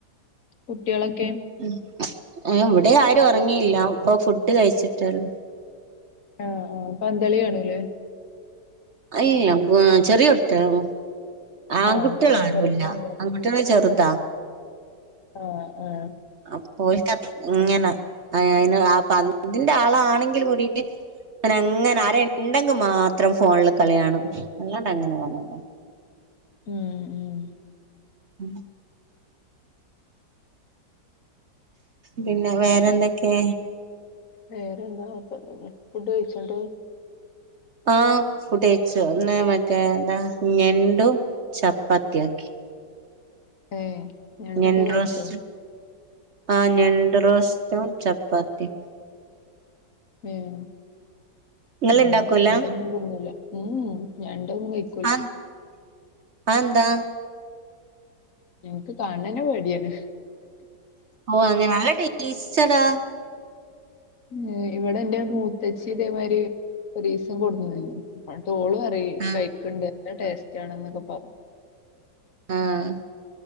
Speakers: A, on the left (about 50°); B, on the right (about 50°).
A: കുട്ട്യേളൊക്കെ?
B: ഉം. ഏഹ് ഇവടെ ആരും ഉറങ്ങിയില്ല ഇപ്പൊ ഫുഡ് കഴിച്ചിട്ടേള്ളൂ.
A: ആഹ് ആഹ് പന്തളി കാണൂല്ലേ.
B: ഇല്ല വ ചെറിയുട്ട്യേളാ. ആൺകുട്ട്യേളാരൂല.
A: ആഹ് പ ചെറുതാണ്
B: അവ് ട്ട്യേള് ചെറ്താ.
A: ആഹ് ആഹ്
B: അപ്പോൽക ഇങ്ങനെ ഏഹ് അയ്ന്ള്ള പന്തിന്റെ ആളാണെങ്കിൽ കൂടിട്ട് ഓനങ്ങനെ ആരെ ഇണ്ടെങ്കി മാത്രം ഫോണ്ട്ല് കളി കാണും. അല്ലാണ്ടങ്ങനെ കാണൂല
A: ഉം ഉം
B: ഉം പിന്നെ വേറെന്തൊക്കെ?
A: വേറെ എന്താ. കൊയ്പ്പൊന്നുല്ല. ഫുഡ് കഴിച്ചൊ ന്ന്ട്ട്?
B: ആഹ് ഫുഡ് കഴിച്ചു ഇന്ന് മറ്റേ എന്താ ഞണ്ടും ചപ്പാത്തി ആക്കി.
A: ഏഹ്. ഞണ്ടൊക്കെ
B: ഞണ്ട്റോസ്റ്റ്
A: കഴിച്ചോ
B: ആഹ് ഞണ്ട്റോസ്റ്റും ചപ്പാത്തിം.
A: ഉം.
B: നിങ്ങള്
A: ഞങ്ങള്
B: ഇണ്ടാക്കൂല
A: ഞണ്ടൊന്നും തിന്നൂല്ല ഉംമ് ഞണ്ടൊന്നും കഴി
B: <unintelligible> അ എന്താ.
A: ഞങ് ക്ക് കാണ് ണെന്നെ പേട്യാണ്.
B: ഓഹ് അങ്ങെ നല്ലെ ടേസ്റ്റെടാ.
A: ഏഹ് ഇവടെ ന്റെ മൂത്തേച്ചി ഇതേമായ്രി ഒരീസം കൊട്ന്നിയുന്നു. ഇന്നട്ട് ഓള് പറ്യാ
B: ആഹ്
A: കഴിക്ണ്ട് നല്ല ടേസ്റ്റാണ് ന്നൊക്കെ പറഞ്ഞു.
B: ആഹ്